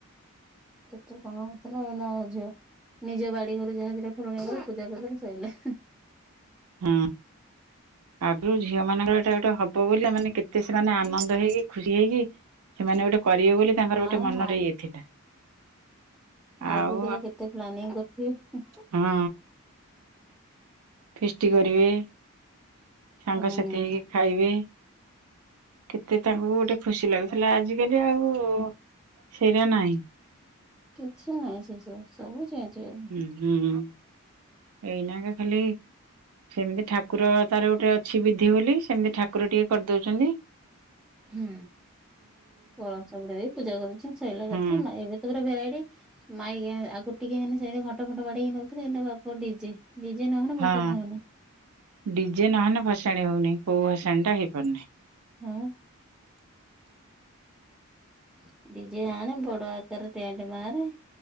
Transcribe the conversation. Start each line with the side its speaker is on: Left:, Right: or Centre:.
Centre: କେତେ କଣ ହଉଥିଲା ଏଇନା ଝିଅ ନିଜ ବାଡି ଘରୁ ଯାହା ଦିଟା ଫୁଲ ନେଇଗଲେ ପୂଜା କରିଦେଲେ ସଇଲା।
Right: ହଁ। ଆଗୁରୁ ଝିଅ ମାନଙ୍କର ଏଟା ଗୋଟେ ହବ ବୋଲି ମାନେ କେତେ ସେମାନେ ଆନନ୍ଦ ହେଇକି ଖୁସି ହେଇକି ହେମାନେ ଗୋଟେ କରିବେ ବୋଲି ତାଙ୍କର
Centre: ଆଉ
Right: ଗୋଟେ ମନରେ
Centre: ଆଗ
Right: ଇଏ ଥିଲା।
Centre: ଆଗତୁରା
Right: ଆଉ
Centre: କେତେ ପ୍ଲାନିଂ କରିଥିବେ
Right: ହଁ ଫିଷ୍ଟି କରିବେ ସାଙ୍ଗସାଥି
Centre: ହୁଁ
Right: ହେଇକି ଖାଇବେ କେତେ ତାଙ୍କୁ ଗୋଟେ ଖୁସି ଲାଗୁଥିଲା ଆଜିକାଲି ଆଉ ସେଇଟା ନାହିଁ।
Centre: କିଛି ନାଇଁ ସେସବୁ ସବୁ ଚେଞ୍ଜ୍ ହେଇ
Right: <inaudible> ଏଇନାକେ ଖାଲି ସେମିତି ଠାକୁର ତାର ଗୋଟେ ଅଛି ବିଧି ବୋଲି ସେମିତି ଠାକୁର ଟିକେ କରିଦଉଚନ୍ତି।
Centre: ହୁଁ କଳସ ବୁଡ ଦେଇ ପୂଜା କରିଦଉଚନ୍ତି ସଇଲା
Right: ହୁଁ
Centre: କଥା ନା ଏବେ ତାପରେ ଭେରାଇଟି ମାଇକି ଆଗୁରୁ ଟିକେ ମାନେ ସେରା ଘଣ୍ଟ ଫଣ୍ଟ ବାଡେଇକି ନଉଥିଲେ ଏଇନେ ବାପ ଡିଜେ। ଡିଜେ ନହେଲେ
Right: ହଁ
Centre: ଭସାଣି ହଉନି।
Right: ଡିଜେ ନହେଲେ ଭଷାଣି ହଉନି କଉ ଭଷାଣି ଟା ହେଇପାରୁନି।
Centre: ହଁ। ଡିଜେ ଆଣେ ବଡ ଆକାରରେ ଟେଣ୍ଡେ ବାନ୍ଧେ।